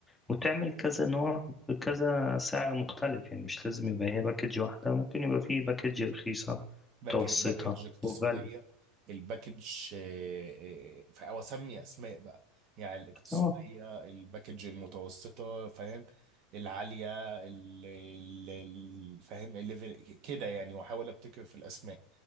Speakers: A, in the centre; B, on the right.
A: وتعمل كذا نوع بكذا سعر مختلف يعني مش لازم يبقى هي باكج واحدة ممكن يبقى فيه باكج رخيصة
B: باك-
A: متوسطة
B: باكج اقتصادية
A: وغالية
B: الباكج آه، آه، ف- او اسمي اسماء بقى يعني الاقتصادية
A: اه
B: الباكج المتوسطة فاهم العالية ال- ال- ال- فاهم الليفل كده يعني واحاول ابتكر في الاسماء